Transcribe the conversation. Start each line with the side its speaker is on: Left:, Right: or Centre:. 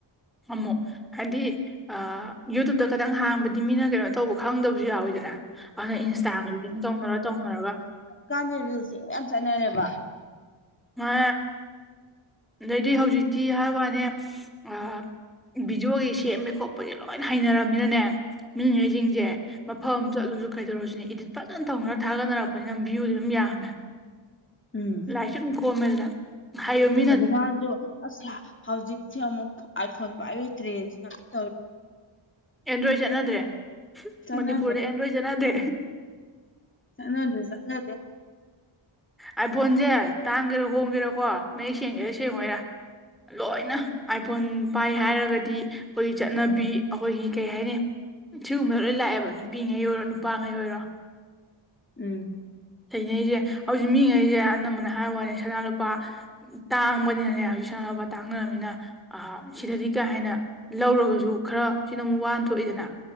Centre: ꯑꯃꯨꯛ ꯍꯥꯏꯗꯤ ꯑꯥ ꯌꯨꯇꯨꯕꯇ ꯈꯇꯪ ꯍꯥꯡꯕꯗꯤ ꯃꯤꯅ ꯀꯩꯅꯣ ꯇꯧꯕ ꯈꯪꯗꯕꯁꯨ ꯌꯥꯎꯋꯤꯗꯅ ꯃꯅꯥ ꯏꯟꯁꯇꯥꯒ ꯂꯤꯡ ꯇꯧꯅꯔ ꯇꯧꯅꯔꯒ
Left: ꯀꯥꯟꯗꯦ ꯔꯤꯜꯁꯤꯡ ꯌꯥꯝ ꯆꯠꯅꯔꯦꯕ
Centre: ꯃꯥ ꯑꯗꯩꯗꯤ ꯍꯧꯖꯤꯛꯇꯤ ꯍꯥꯏ ꯋꯥꯅꯦ ꯑꯥ ꯚꯤꯗꯤꯑꯣꯒꯤ ꯁꯦꯝꯕ ꯈꯣꯠꯄꯒꯤ ꯂꯣꯏꯅ ꯍꯩꯅꯔꯕꯃꯤꯅꯅꯦ ꯃꯤꯉꯩꯁꯤꯡꯁꯦ ꯃꯐꯝ ꯆꯠꯂꯨꯁꯨ ꯀꯩꯗꯧꯔꯨꯁꯤꯅꯦ ꯏꯗꯤꯠ ꯐꯖꯅ ꯊꯧꯅ ꯊꯥꯒꯠꯅꯔꯛꯄꯅꯤꯅꯝ ꯚ꯭ꯌꯨꯗꯤ ꯑꯗꯨꯝ ꯌꯥꯝꯃꯦ
Left: ꯎꯝ
Centre: ꯂꯥꯏꯛꯁꯨ ꯑꯗꯨꯝ ꯀꯣꯝꯃꯦꯗ ꯍꯥꯏꯌꯨꯝ
Left: ꯍꯧꯖꯤꯛꯀꯟꯁꯨ ꯑꯁ ꯍꯧꯖꯤꯛꯇꯤ ꯑꯃꯨꯛ ꯑꯥꯏꯐꯣꯟ ꯄꯥꯏꯕꯩꯇ꯭ꯔꯦꯟ <unintelligible>
Centre: ꯑꯦꯟꯗ꯭ꯔꯣꯏ ꯆꯠꯅꯗ꯭ꯔꯦ
Left: ꯆꯠꯅꯗ꯭ꯔꯦ
Centre: ꯃꯅꯤꯄꯨꯔꯗ ꯑꯦꯟꯗ꯭ꯔꯣꯏ ꯆꯠꯅꯗꯦ
Left: ꯆꯠꯅꯗ꯭ꯔꯦ ꯆꯠꯅꯗꯦ
Centre: ꯑꯥꯏ ꯐꯣꯟꯁꯦ ꯇꯥꯡꯒꯦꯔ ꯍꯣꯡꯒꯦꯔꯀꯣ ꯃꯌꯦꯛ ꯁꯦꯡꯒꯦꯔꯥ ꯁꯦꯡꯉꯣꯏꯔꯥ ꯂꯣꯏꯅ ꯑꯥꯏꯐꯣꯟ ꯄꯥꯏ ꯍꯥꯏꯔꯒꯗꯤ ꯑꯩꯈꯣꯏꯒꯤ ꯆꯠꯅꯕꯤ ꯑꯩꯈꯣꯏꯒꯤ ꯀꯩ ꯍꯥꯏꯅꯤ ꯁꯤꯒꯨꯝꯕ ꯂꯣꯏ ꯂꯥꯛꯑꯦꯕ ꯅꯨꯄꯤꯉꯩ ꯑꯣꯏꯔꯣ ꯅꯨꯄꯥꯉꯩ ꯑꯣꯏꯔꯣ
Left: ꯎꯝ
Centre: ꯂꯩꯅꯩꯁꯦ ꯍꯧꯖꯤꯛ ꯃꯤꯉꯩꯁꯦ ꯑꯅꯝꯕꯅ ꯍꯥꯏꯕ ꯋꯥꯅꯤ ꯁꯅꯥ ꯂꯨꯄꯥ ꯇꯥꯡꯕꯅꯤꯅꯅꯦ ꯍꯧꯖꯤꯛ ꯁꯥꯟꯅꯕ ꯇꯥꯡꯅꯔꯃꯤꯅꯤꯅ ꯑ ꯁꯤꯗꯗꯤ ꯀꯩ ꯍꯥꯏꯅ ꯂꯧꯔꯒꯁꯨ ꯈꯔ ꯁꯤꯅ ꯑꯃꯨꯛ ꯋꯥꯟ ꯊꯣꯛꯑꯦꯗꯅ